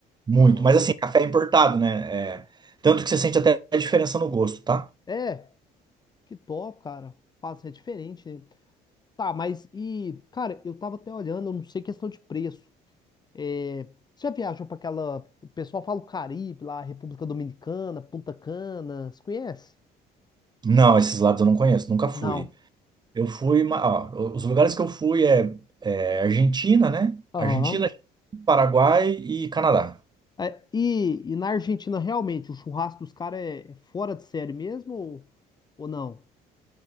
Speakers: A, on the right; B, on the left.
A: Muito.
B: Aham.
A: Mas assim, café importado, né? É, Tanto que você sente até a diferença no gosto, tá?
B: É, que top, cara. Faz, é diferente, né? Tá, mas e... Cara, eu tava até olhando, eu não sei questão de preço. É, você já viajou pra aquela... O pessoal fala o Caribe lá, República Dominicana, Punta Cana, você conhece?
A: Não, esses lados eu não conheço, nunca fui.
B: Não.
A: Eu fui, ma- ó, os lugares que eu fui é, é Argentina, né?
B: Aham.
A: Argentina, Paraguai e Canadá.
B: É, e, e na Argentina, realmente, o churrasco dos caras é, é fora de série mesmo ou, ou não?